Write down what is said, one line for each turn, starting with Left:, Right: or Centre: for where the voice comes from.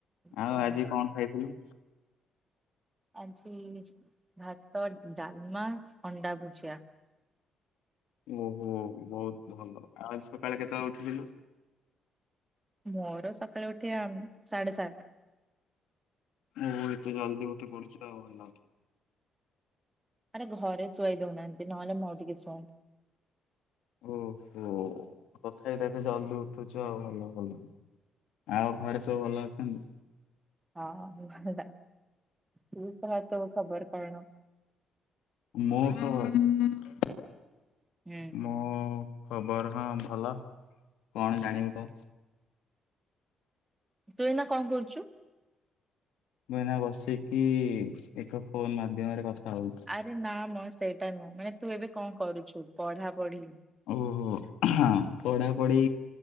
Left: ଆଉ
Right: ସେଇଆ
Left: ଆଜି
Right: ହିଁ କରେ।
Left: କଣ ଖାଇଥିଲୁ?
Right: ଆଜି ଭାତ ଡାଲମା ଅଣ୍ଡା ଭୁଜିଆ।
Left: ଓହୋ ବହୁତ ଭଲ। ଆଉ ଆଜି ସକାଳେ କେତେବେଳେ ଉଠିଥିଲୁ?
Right: ମୋର ସକାଳେ ଉଠେବା ଆ ସାଢେ ସାତ।
Left: ମୁଁ ଏତେ ଜଲଦି ଉଠି <unintelligible>
Right: ଆରେ ଘରେ ଶୁଆଇ ଦଉନାହାନ୍ତି ନହେଲେ ମୋର ଟିକେ ଶୁଅନ୍ତୁ
Left: ଓହୋ କଥା ତଥାପି ତ ଏତେ ଜଲ୍ଦି ଉଠୁଚ ଆଉ ଭଲ ଭଲ। ଆଉ ଘରେ ସବୁ ଭଲ ଅଛନ୍ତି?
Right: ହଁ ଭଲ ତୁ କହ ତୋ ଖବର କଣ?
Left: ମୋ ଖବର
Right: ହୁଁ।
Left: ମୁଁ ଖବର ହଁ ଭଲ କଣ ଜାଣିବୁ କହ?
Right: ତୁ ଏଇନା କଣ କରୁଚୁ।
Left: ମୁଁ ଏଇନା ବସିକି ଏକ ଫୋନ ମାଧ୍ୟମରେ କଥା ହଉଚି।
Right: ଆରେ ନା ମ ସେଇଟା ନୁହଁ। ମାନେ ତୁ ଏବେ କଣ କରୁଚୁ ପଢା ପଢି?
Left: ଓହୋ ପଢ଼ାପଢ଼ି